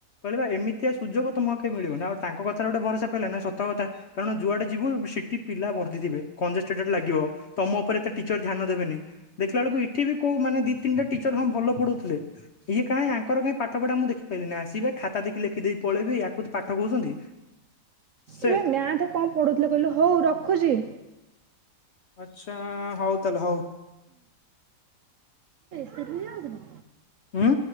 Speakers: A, on the left; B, on the right.
A: କହିବା ଏମିତି ସୁଯୋଗ ତମକୁ କେ ମିଳିବ ନା ଆଉ ତାଙ୍କ କଥାରେ ଗୋଟେ ଭରସା ପାଇଲା ନା ସତ କଥା କାରଣ ଯୁଆଡେ ଯିବୁ ସେଠି ପିଲା ଭର୍ତିଥିବେ କଂଜେ ଲାଗିବ ତମ ଉପରେ ଏତେ ଟିଚର ଧ୍ୟାନ ଦେବେନି ଦେଖିଲ ବେଳକୁ ଏଠି ବି କୋଉ ମାନେ ଦି ତିନିଟା ଟିଚର ହଁ ଭଲ ପଢୁଥିଲେ। ଇଏ କାହିଁ ଆଙ୍କର କାହିଁ ପାଠ ପଢା ମୁଁ ଦେଖିପାରିଲିନି ଆସିବେ ଖାତା ଦେଖି ଲେଖିଦେଇ ପଳେଇବି ୟାକୁ ପାଠ କହୁଛନ୍ତି। ସେ
B: ଏବେ ମ୍ୟାଥ କଣ ପଢୁଥିଲେ କହିଲୁ ହଉ ର ଖୁଜି।
A: ଆଛା ହଉ ତାହେଲେ ହଉ।
B: ସେ ଆଜନ
A: ହମ୍ଁ।